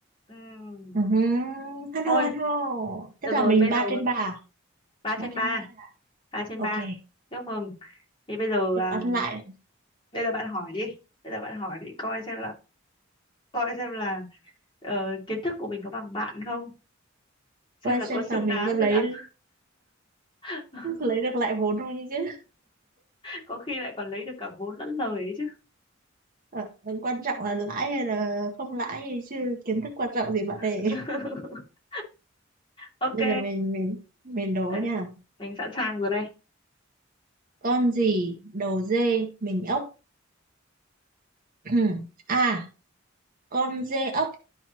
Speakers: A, on the left (about 25°); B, on the right (about 45°).
A: Ừm,
B: uh hăn
A: Thôi,
B: hô hăn hô tức
A: được
B: là
A: rồi,
B: mình
A: bây
B: ba
A: giờ
B: trên ba à?
A: ba
B: ba
A: trên
B: trên
A: ba
B: ba là-
A: ba trên
B: ok
A: ba Chúc mừng. Thì bây giờ
B: được
A: à,
B: ăn lại
A: bây giờ bạn hỏi đi. Bây giờ bạn hỏi đi coi xem là coi xem là ờ, kiến thức của mình có bằng bạn không,
B: quan
A: xem là
B: trọng
A: có
B: là
A: xứng
B: mình
A: đáng
B: có lấy
A: được ăn. <laughs>
B: lấy được lại vốn không chứ
A: Có khi lại còn lấy được cả vốn lẫn lời ấy chứ.
B: Ờ, ừ, quan trọng là lãi hay là không lãi gì chứ kiến thức quan trọng gì bạn để
A: <laughs> Ok,
B: bây giờ mình mình mình đố
A: Đây,
B: nha
A: mình sẵn sàng rồi đây.
B: con gì đầu dê mình ốc <clears throat> a con dê ốc